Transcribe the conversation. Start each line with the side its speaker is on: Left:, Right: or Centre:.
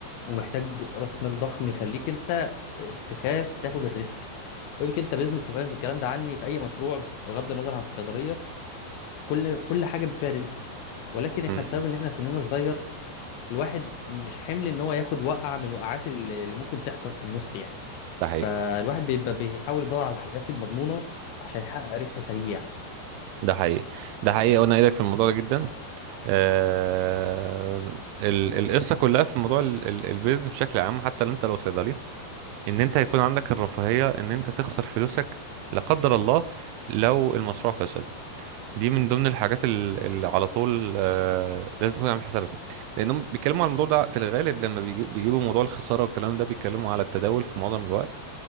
Left: ومحتاج راس مال ضخم يخليك انت آه، تخاف تاخد الريسك يمكن انت بيزنس وفاهم في الكلام ده عني في اي مشروع بغض النظر عن الصيدليه كل كل حاجه فيها ريسك ولكن احنا
Right: امم
Left: بسبب ان احنا سننا صغير الواحد مش حمل ان هو ياخد وقعه من الوقعات اللي اللي ممكن تحصل في النص يعني
Right: ده حقيقي
Left: فالواحد بيبقى بيحاول يدور على الحاجات المضمونه عشان يحقق ربح سريع
Right: ده حقيقي ده حقيقي وانا ايدك في الموضوع ده جدا آه... ال... القصه كلها في موضوع ال... ال... البيزنس بشكل عام حتى لو انت لو صيدلي ان انت يكون عندك الرفاهيه ان انت تخسر فلوسك لا قدر الله لو المشروع فشل دي من ضمن الحاجات ال- اللي على طول آه لازم تكون عامل حسابها لانهم بيتكلموا على الموضوع ده في الغالب لما بيجي- بيجيبوا موضوع الخساره والكلام ده بيتكلموا على التداول في معظم الوقت